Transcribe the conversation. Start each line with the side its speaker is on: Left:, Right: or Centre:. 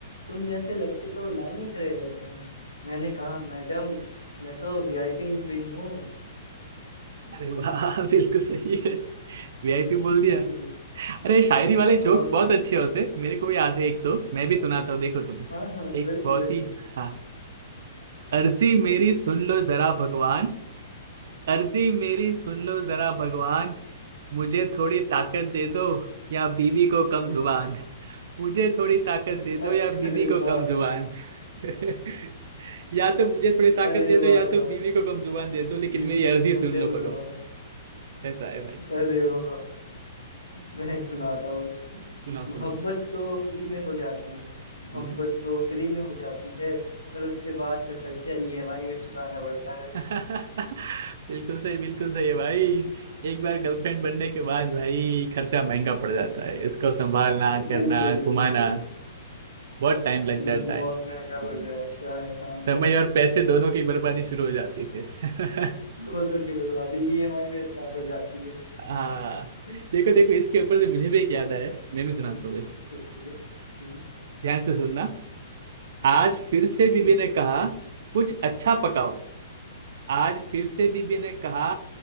Left: तुम जैसे लड़के तो लाइन में खड़े रहते हैं मैंने कहा मैडम मैं तो वीआईपी एंट्री हूँ
Right: अरे
Left: <laughs>
Right: वाह <laughs> बिल्कुल सही है वीआईपी बोल
Left: जी,
Right: दिया अरे शायरी वाले
Left: हाँ
Right: जोक्स बहुत
Left: यार
Right: अच्छे होते मेरे को भी याद है एक दो मैं भी
Left: हाँ
Right: सुनाता हूँ देखो तुम
Left: हाँ हाँ,
Right: एक
Left: बिल्कुल
Right: बहुत
Left: बिल्कुल
Right: ही हाँ अर्जी मेरी सुन लो जरा भगवान अर्जी मेरी सुन लो जरा भगवान मुझे थोड़ी ताकत दे दो या बीबी को कम जुबान मुझे थोड़ी ताकत दे
Left: अ-
Right: दो या बीबी
Left: अरे
Right: को
Left: वाह
Right: कम जुबान <laughs> या तो मुझे थोड़ी ताकत
Left: अरे
Right: दे दो
Left: वाह
Right: या तो
Left: वाह
Right: बीवी को कम जुबान दे दो लेकिन
Left: बीवी
Right: मेरी
Left: तुम
Right: अर्जी
Left: कम
Right: सुन
Left: दे
Right: लो भगवान
Left: दो जुबान
Right: ऐसा है भाई
Left: अरे वाह मैं एक सुनाता हूँ
Right: सुनाओ
Left: मोहब्बत
Right: सुनाओ
Left: तो फ्री में हो जाती है मोहब्बत
Right: हम्म,
Left: तो फ्री में हो जाती है पर उसके बाद का खर्चा ईएमआई में चुकाना पड़ता है
Right: <laughs> बिल्कुल सही बिल्कुल सही है भाई एक बार गर्लफ्रेंड बनने के बाद भाई खर्चा महंगा पड़ जाता है उसको संभालना करना
Left: बिल्कुल
Right: घुमाना
Left: बिल्कुल
Right: बहुत टाइम
Left: बिल्कुल
Right: लग जाता
Left: बहुत
Right: है
Left: महंगा पड़
Right: हम्म।
Left: जाता है हाँ
Right: समय और पैसे दोनों की बर्बादी शुरू हो जाती है फिर
Left: दोनों की बर्बादी ईएमआई में स्टार्ट हो जाती है
Right: <laughs> हाँ
Left: हम्म,
Right: देखो देखो इसके ऊपर से मुझे भी एक याद आया मैं भी
Left: हम्म,
Right: सुनाता
Left: ठीक
Right: हूँ देखो
Left: है ठीक है हम्म,
Right: ध्यान से सुनना आज फिर से बीबी
Left: ठीक
Right: ने
Left: है
Right: कहा कुछ अच्छा पकाओ आज फिर से बीबी ने कहा